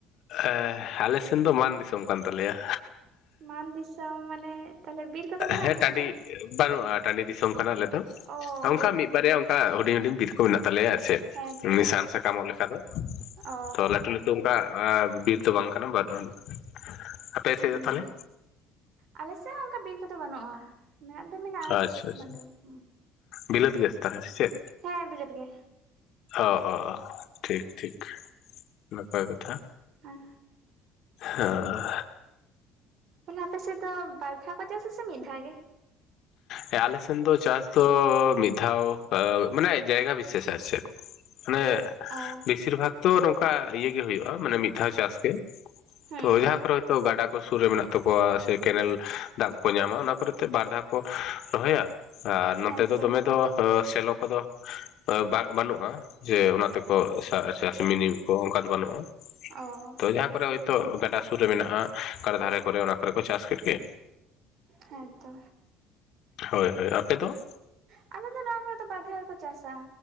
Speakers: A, on the left; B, on the right.
A: ᱮᱸ ᱟᱞᱮ ᱥᱮᱱ ᱫᱚ ᱵᱟᱱ ᱫᱤᱥᱚᱢ ᱠᱟᱱ ᱛᱟᱞᱮᱭᱟ᱾
B: ᱢᱟᱱ ᱫᱤᱥᱚᱢ ᱢᱟᱱᱮ? ᱛᱟᱦᱚᱞᱮ ᱵᱤᱨ ᱠᱚᱫᱚ ᱢᱮᱱᱟᱜ
A: ᱦᱮᱸ
B: ᱟᱥᱮ
A: ᱴᱟᱺᱰᱤ
B: ᱵᱟᱹᱱᱩᱜᱼᱟ?
A: ᱵᱟᱹᱱᱩᱜᱼᱟ᱾ ᱴᱟᱺᱰᱤ ᱫᱤᱥᱚᱢ ᱠᱟᱱᱟ ᱟᱞᱮ ᱫᱚ,
B: ᱚ
A: ᱚᱝᱠᱟ ᱢᱤᱜ ᱵᱟᱨᱭᱟ ᱚᱝᱠᱟ ᱦᱩᱰᱤᱧ ᱦᱩᱰᱤᱧ ᱵᱤᱨ ᱠᱚ ᱢᱮᱱᱟᱜ ᱛᱟᱞᱮᱭᱟ ᱟᱨ ᱪᱮᱫ᱾
B: ᱦᱮᱸᱛᱚ
A: ᱢᱮ ᱥᱟᱱ ᱥᱟᱠᱟᱢᱚᱜ ᱞᱮᱠᱷᱟ ᱫᱚ,
B: ᱚ
A: ᱛᱚ ᱞᱟᱹᱴᱩ ᱞᱟᱹᱴᱩ ᱠᱟᱜᱼᱟ ᱵᱤᱨ ᱫᱚ ᱵᱟᱝ ᱠᱟᱱᱟ <unintelligible>
B: ᱦᱩᱸ
A: ᱛᱟᱦᱚᱞᱮ?
B: ᱟᱞᱮᱥᱮᱜ ᱦᱚᱸ ᱚᱝᱠᱟ ᱵᱤᱨ ᱠᱚᱫᱚ ᱵᱟᱹᱱᱩᱜᱼᱟ᱾ ᱢᱮᱱᱟᱜ ᱫᱚ ᱢᱮᱱᱟᱜᱼᱟ
A: ᱟᱪᱪᱷᱟ ᱟᱪᱪᱷᱟ
B: ᱩᱱᱟᱜ ᱫᱚ ᱵᱟᱝ᱾
A: ᱵᱤᱞᱟᱹᱛ ᱜᱮᱭᱟ ᱥᱮ ᱛᱟᱦᱞᱮ ᱥᱮ ᱪᱮᱫ?
B: ᱦᱮᱸ ᱵᱤᱞᱟᱹᱛ ᱜᱮ
A: ᱚ ᱚ ᱚ ᱴᱷᱤᱠ ᱴᱷᱤᱠ ᱱᱟᱯᱟᱭ ᱠᱟᱛᱷᱟ᱾
B: ᱦᱮᱸ
A: ᱦᱚᱸ
B: ᱛᱟᱞᱮ ᱟᱯᱮ ᱥᱮᱜ ᱫᱚ ᱵᱟᱨ ᱫᱷᱟᱣ ᱠᱚ ᱪᱟᱥᱼᱟ ᱥᱮ ᱢᱤᱫ ᱫᱷᱟᱣ ᱜᱮ?
A: ᱦᱮ ᱟᱞᱮ ᱥᱮᱱ ᱫᱚ ᱪᱟᱥ ᱫᱚᱻ ᱢᱤᱫ ᱫᱷᱟᱣ ᱟᱸ ᱢᱟᱱᱮ ᱡᱟᱭᱜᱟ ᱵᱤᱥᱮᱥ ᱟᱨ ᱪᱮᱫ᱾
B: <unintelligible>
A: ᱢᱟᱱᱮ
B: ᱚ
A: ᱵᱤᱥᱤᱨ ᱵᱷᱟᱜ ᱛᱚ ᱱᱚᱝᱠᱟ ᱤᱭᱟᱹ ᱜᱮ ᱦᱩᱭᱩᱜᱼᱟ ᱢᱟᱱᱮ ᱢᱤᱫ ᱫᱷᱟᱣ ᱪᱟᱥ ᱜᱮ᱾
B: ᱦᱩᱸ
A: ᱛᱚ ᱡᱟᱸᱦᱟ ᱠᱚᱨᱮ ᱦᱚᱭᱛᱚ ᱜᱟᱰᱟ ᱠᱚ ᱥᱩᱨ ᱨᱮ ᱢᱮᱱᱟᱜ ᱛᱟᱠᱚᱣᱟ ᱥᱮ ᱠᱮᱱᱮᱞ ᱫᱟᱜ ᱠᱚ ᱧᱟᱢᱟ ᱚᱱᱟ ᱠᱚᱨᱮᱛᱮ ᱵᱟᱨ ᱫᱷᱟᱣ᱾ ᱠᱚ ᱨᱚᱦᱚᱭᱟ, ᱟᱨ
B: ᱦᱮᱸᱛᱚ
A: ᱱᱚᱸᱛᱮ ᱫᱚ ᱫᱚᱢᱮ ᱫᱚ ᱮᱸ ᱥᱮᱞᱚ ᱠᱚᱫᱚ ᱵᱟ ᱵᱟᱹᱱᱩᱜᱼᱟ ᱡᱮ ᱚᱱᱟᱛᱮᱠᱚ ᱥᱟ ᱪᱟᱥ ᱢᱤᱱᱤ ᱠᱚ ᱚᱱᱠᱟ ᱫᱚ ᱵᱟᱹᱱᱩᱜᱼᱟ᱾
B: ᱚ
A: ᱛᱚ ᱡᱟᱦᱟᱸ ᱠᱚᱨᱮ ᱦᱚᱭᱛᱚ
B: ᱦᱮᱸᱛᱚ
A: ᱜᱟᱰᱟ ᱥᱩᱨ ᱨᱮ ᱢᱮᱱᱟᱜᱼᱟ ᱠᱟᱨᱟ ᱫᱷᱟᱨᱮ ᱠᱚᱨᱮ ᱚᱱᱟ ᱠᱚᱨᱮ ᱠᱚ ᱪᱟᱥ ᱠᱮᱰ ᱜᱮ᱾
B: ᱦᱮᱸᱛᱚ
A: ᱦᱳᱭ ᱦᱳᱭ ᱟᱯᱮ ᱫᱚ?
B: ᱟᱞᱮ ᱫᱚ ᱱᱚᱣᱟ ᱠᱚᱨᱮ ᱫᱚ <unintelligible> ᱫᱷᱟᱣ ᱠᱚ ᱪᱟᱥᱟ᱾